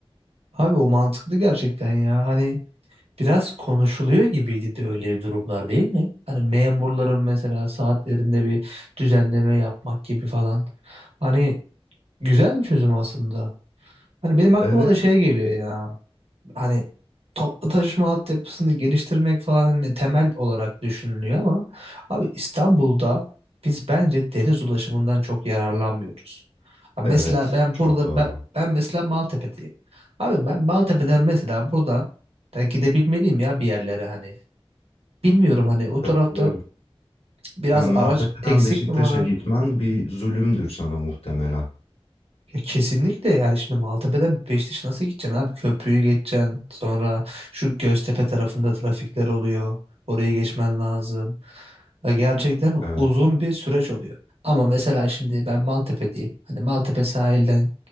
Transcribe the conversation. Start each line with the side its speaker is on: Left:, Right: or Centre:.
Right: Abi o mantıklı gerçekten ya. Hani biraz konuşuluyor gibiydi de öyle durumlar değil mi? Hani memurların mesela saatlerinde bir düzenleme yapmak gibi falan. Hani güzel bir çözüm aslında. Hani benim aklıma
Left: Evet,
Right: da şey geliyor ya. hani toplu taşıma altyapısını geliştirmek falan hani temel olarak düşünülüyor ama abi İstanbul'da biz bence deniz ulaşımından çok yararlanmıyoruz. Ha Mesela
Left: evet.
Right: ben
Left: Çok
Right: burada
Left: doğru.
Right: ben, ben mesela Maltepe'deyim. Abi ben Maltepe'den mesela buradan da gidebilmeliyim ya bir yerlere hani. Bilmiyorum hani o
Left: Katılıyorum.
Right: tarafta biraz
Left: Ya Maltepe'den
Right: araç eksik
Left: Beşiktaş'a
Right: mi var?
Left: gitmen bir zulümdür sana muhtemelen.
Right: Ya kesinlikle yani şimdi Maltepe'den Beşiktaş'a nasıl gideceksin abi? Köprüyü geçeceksin. Sonra şu Göztepe tarafında trafikler oluyor. Orayı geçmen lazım. Ya gerçekten
Left: Evet.
Right: uzun bir süreç oluyor. Ama mesela şimdi ben Maltepe'deyim. Hani Maltepe sahilden